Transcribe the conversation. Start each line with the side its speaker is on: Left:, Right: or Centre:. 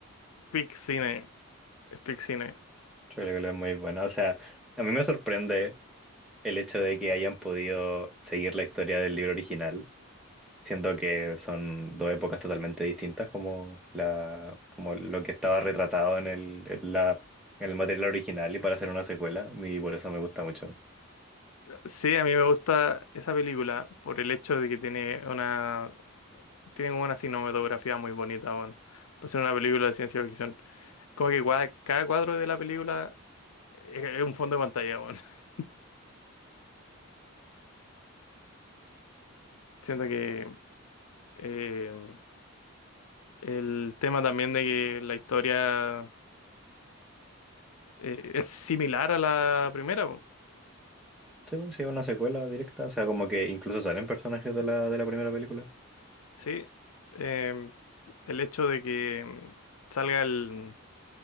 Left: peak cine, es peak cine.
Centre: Yo creo que la es muy buena. O sea, a mí me sorprende. el hecho de que hayan podido seguir la historia del libro original, siendo que son dos épocas totalmente distintas, como, la, como lo que estaba retratado en el, en la, en el material original y para hacer una secuela, y por eso me gusta mucho.
Left: Sí, a mí me gusta esa película por el hecho de que tiene una... tienen una cinematografía muy bonita, weón. Para ser una película de ciencia ficción. Es Como que cua- cada cuadro de la película es, es un fondo de pantalla, weón. <laughs> Siento que eh, el tema también de que la historia eh, es similar a la primera, weón.
Centre: Sí, bueno, sí, una secuela directa, o sea, como que incluso salen personajes de la, de la primera película.
Left: Sí. Eh, el hecho de que mm, salga el